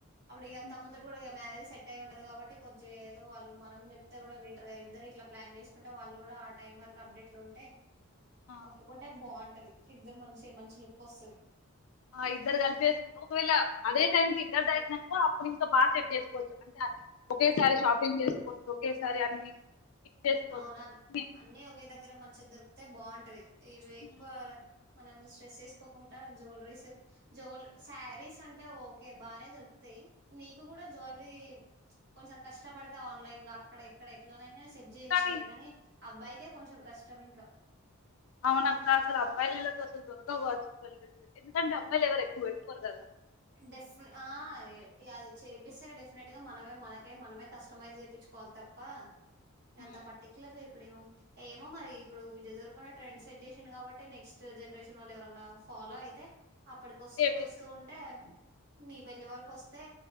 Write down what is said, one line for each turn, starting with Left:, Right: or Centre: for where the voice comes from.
Right: అప్పుడు. ఇగ
Left: హ్మ్.
Right: తమ్మున్ తోని గూడా మ్యారేజ్ సేట్ టై ఉంటది కాబట్టి. కొంచెం ఏదో వాళ్ళు మనం నేప్తే గూడా వింటారుగా ఇద్దరు ఇట్లా ప్లాన్ చేసుకుంటే. వాళ్ళు కూడా ఆ టైం వర్ వర్క్ అప్డేట్ ల ఉంటే ఒప్పుకుంటే
Left: ఆ
Right: బావుంటది. ఇద్దరు మంచిగా మంచి లుక్ వస్తది.
Left: ఆ ఇద్దరు కలిపేసు ఒకవేళ అదే టైంకి ఇద్దరిదైందనుకో. అప్పుడు ఇంకా బాగా సేట్ చేసుకోవచ్చు. అంటే ఒకేసారి షాపింగ్ చేసుకోవచ్చు. ఒకేసారి అన్ని పిక్ చేసుకోవచ్చు
Right: అవునాన్
Left: ని-
Right: అన్నీ ఒకే దగ్గర మంచిగా దొరుకుతే బావుంటది. ఇవి ఎక్కువ
Left: ఉమ్.
Right: మనం స్ట్రెస్ తీసుకోకుంటా. జ్యుల్రీస్ జ్యూల్ శారీస్ అంటే ఓకే బానే దొరుకుతయ్ యి నీకు కూడా జ్యుల్రీ. ప్చ్ కొంచెం కష్టపడతే ఆన్లైన్ ల అక్కడ ఇక్కడ ఎట్లనైనా స్ ట్ జెయ్యొచ్చులేగాని.
Left: కానీ
Right: అబ్బాయికే కొంచెం కష్టం ఇంకా.
Left: అవునక్క అసలు అబ్బాయిలలకు అసలు దొరకవ్ కావచ్చు. జుల్రిస్ ఎందుకంటే అబ్బాయిల్ ఎవరు ఎక్కువ పెట్టుకోరు గద.
Right: డెఫ్ ఆ ఏ ఇగ అది చేపిస్తనే డెఫినెట్ గా మన్ నమే మనకై మనమే కస్టమైజ్ చెపిచ్చుకోవాల్ తప్ప.
Left: ఉమ్,
Right: ఎంత పర్టిక్యులర్గా ఇప్ ప్పుడేమో ఏమో మరి ఇప్పుడు విజయదెవరకొండ ట్రెండ్ సెట్ చేసిండు కాబట్టి. నెక్స్ట్ జనరేషన్ వాళ్ళెవరన్నా ఫా ఫాలో అయితే అప్పటికొస్తూ
Left: చేపిస్తారు
Right: వస్తూ ఉంటే. నీ పెళ్లి వరకోస్తే